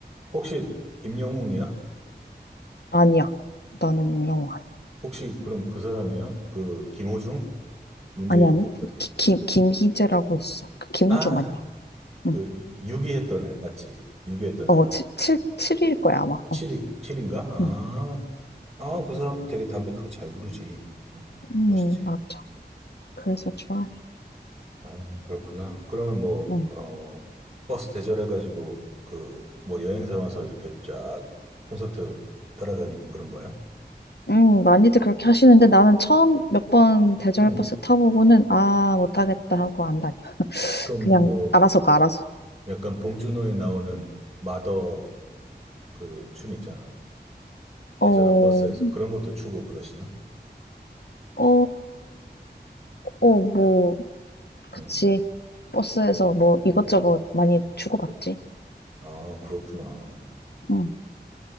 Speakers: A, on the right (about 40°); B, on the left (about 70°).
A: 혹시 임영웅이야?
B: 아니야. 나는 영호 아니야.
A: 혹시 그럼 그 사람이야? 그 김호중? 문제
B: 아니,
A: 일으켰던.
B: 아니. 기, 김, 김희재라고 있어. 그 김우중
A: 아,
B: 아니야.
A: 그
B: 응.
A: 유기했던 애, 맞지? 유기했던 사람.
B: 어, 7, 칠칠일 거야, 아마.
A: 7위,
B: 어.
A: 7인가? 아,
B: 응.
A: 아, 그 사람 되게 담백하게 잘 부르지. 응,
B: 음,
A: 멋있지.
B: 맞아.
A: 음.
B: 그래서 좋아해.
A: 아, 그렇구나. 그러면 뭐,
B: 응.
A: 어, 버스 대절해가지고, 그, 뭐 여행사 와서 이렇게 쫙 콘서트 따라다니고 그런 거야?
B: 응, 많이들 그렇게 하시는데 나는 처음 몇 번 대절
A: 응.
B: 버스 타보고는 아, 못하겠다 하고 안 다녀. <laughs>
A: 그럼
B: 그냥
A: 뭐,
B: 알아서 가, 알아서.
A: 약간 봉준호에 나오는 마더 그 춤 있잖아. 대절한
B: 어,
A: 버스에서 그런 것도 추고 그러시나?
B: 어, 어, 뭐, 그치.
A: 어.
B: 버스에서 뭐 이것저것
A: 음.
B: 많이 주고받지.
A: 아, 그렇구나. 어,
B: 응.